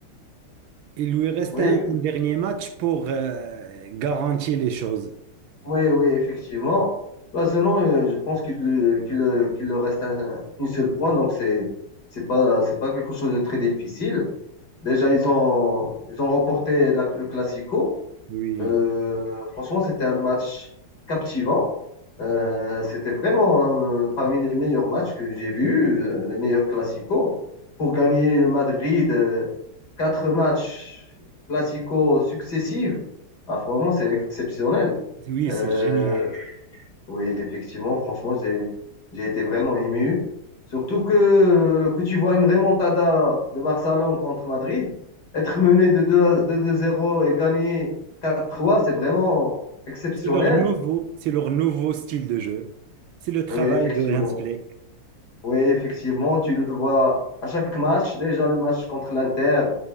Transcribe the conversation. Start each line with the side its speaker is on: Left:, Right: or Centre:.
Right: Il lui reste
Left: oui.
Right: un un dernier match pour euh, garantir les choses.
Left: Oui, oui, effectivement. Bah, sinon, euh, je pense qu'il lui- qu'il, euh, qu'il leur reste un, une seule point, donc c'est c'est pas, c'est pas quelque chose de très difficile. Déjà, ils ont, ils ont remporté la- le Classico.
Right: Oui,
Left: Euh, franchement, c'était un match captivant. Euh, c'était vraiment hein, euh, parmi les meilleurs matchs que j'ai vus, euh, les meilleurs Clasico. Pour gagner le Madrid, euh, quatre matchs Clasico successifs, ah, vraiment, c'est exceptionnel.
Right: oui,
Left: Euh,
Right: c'est génial.
Left: oui, effectivement, franchement, j'ai j'ai été vraiment ému. Surtout que, que tu vois une remontada de Barcelone contre Madrid, être mené de deux à- de 2-0 et gagner quatre trois, c'est vraiment exceptionnel.
Right: C'est leur nouveau, c'est leur nouveau style de jeu. C'est le travail
Left: Oui, effectivement.
Right: de Hans Flick,
Left: Oui, effectivement, tu le vois à chaque match. Déjà, le match contre l'Inter,